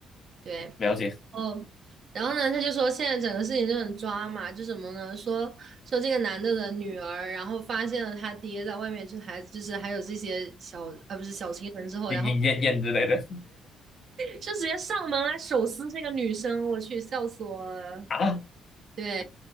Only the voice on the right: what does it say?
对。
哦，然后呢，他就说现在整个事情就很抓嘛，就什么呢？说说这个男的的女儿，然后发现了他爹在外面，就还就是还有这些小啊不是小情人之后，
然后就直接上门来手撕这个女生，我去，笑死我了。
对，